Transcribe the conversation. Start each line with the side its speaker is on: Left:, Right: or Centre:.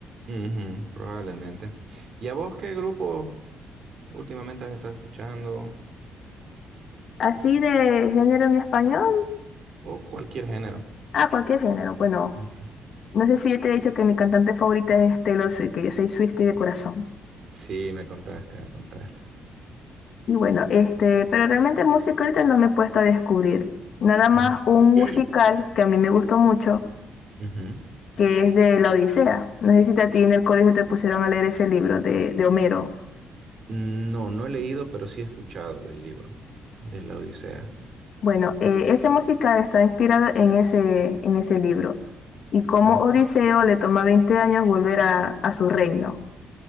Right: Ujú, probablemente. ¿Y a vos qué grupo últimamente has estado escuchando?
Left: Así de género en español,
Right: O cualquier género.
Left: ah, cualquier género. Bueno,
Right: Ujú.
Left: no sé si yo te he dicho que mi cantante favorita es Taylor Swift, que yo soy Swiftie de corazón.
Right: Sí, me contaste, me contaste.
Left: Y bueno, este, pero realmente música ahorita no me he puesto a descubrir. Nada más
Right: Ujú.
Left: un musical
Right: <clears throat>
Left: que a mí me gustó mucho,
Right: Ujú.
Left: que es de La Odisea. No sé si a ti en el colegio te pusieron a leer ese libro de, de Homero.
Right: No, no he leído, pero sí he escuchado del libro, de la Odisea.
Left: Bueno, eh, ese musical está inspirado en ese, en ese libro. Y cómo
Right: Ah,
Left: Odiseo le toma 20 años volver a, a su reino.